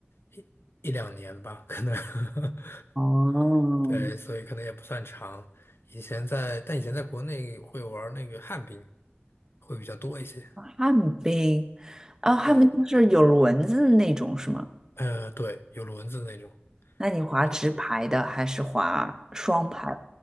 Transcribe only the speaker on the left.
一一两年吧，可能，<laughs>
对，所以可能也不算长。以前在，但以前在国内会玩那个旱冰，会比较多一些。
对，呃，对，有轮子那种，
它